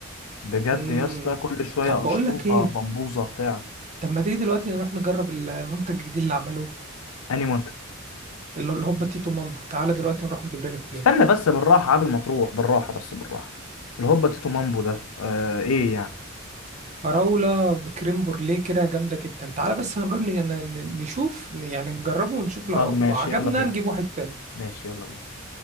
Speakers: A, on the left; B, on the right.
A: بجد
B: امم
A: يا اسطى كل شويه
B: طب بقول
A: اشطوطه
B: لك ايه
A: بمبوزه بتاع
B: طب ما تيجي دلوقتي نروح نجرب ال- المنتج الجديد اللي عملوه
A: اني منتج
B: اللي هو الهوبا تيتو مامبو تعالى دلوقتي نروح نجيب لنا اتنين
A: استنى بس بالراحه قبل ما تروح بالراحه بس بالراحه الهوبا تيتو مامبو ده آه ايه يعني
B: فراولة بكريم بورليه كده جامدة جدا تعالى بس هنروح ن- ن- نشوف يعني نجربه ونشوف لو
A: طب ماشي
B: عجبنا
A: يلا بينا
B: نجيب واحد تاني
A: ماشي يلا بينا